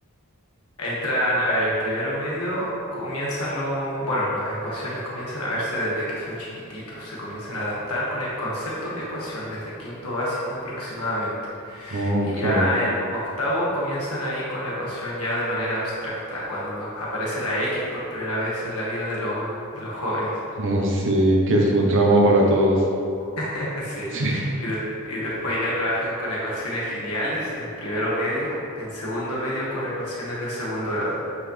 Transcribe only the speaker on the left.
Entran, a ver, en primero medio comienzan los, bueno, las ecuaciones comienzan a verse desde que son chiquititos, se comienzan a adaptar con el concepto de ecuación desde quinto básico aproximadamente.
Y ya en octavo comienzan ahí con la ecuación ya de manera abstracta, cuando a- aparece la X por primera vez en la vida de los, de los jóvenes.
<laughs> Sí.
Y, des- y después ya trabajan con ecuaciones lineales en primero medio, en segundo medio con ecuaciones de segundo grado.